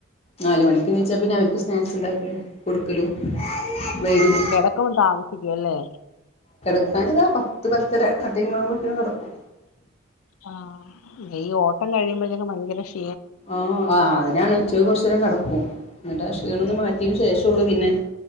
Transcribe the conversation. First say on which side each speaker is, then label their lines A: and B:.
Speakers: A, on the left (about 30°); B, on the left (about 85°).
A: നാല് മണിക്ക്ണിച്ചാ പിന്നെ അവര്ക്ക് സ്--‌ സ്നാക്സ് ഇണ്ടാക്കലും കൊടുക്കലും വൈകും
B: ആ കെടക്കുമ്പം താമ സിക്കും അല്ലേ
A: കെടക്കാൻ ഇതാ പത്ത് പത്തര ആ ടൈംമാകുമ്പത്തിനും കെടക്കും
B: ആ ഈ ഓട്ടം കഴിയുമ്പഴത്തേക്കും ഭയങ്കര ഷ്
A: ആ <unintelligible> അതിനാണ് ഉച്ച <unintelligible> കൊറച്ച് ഇത്രേം കടക്കും ഇന്നിട്ട് ആ ക്ഷീണൊന്നു മാറ്റിയെയ്ന് ശേഷള്ളൂ പിന്നെ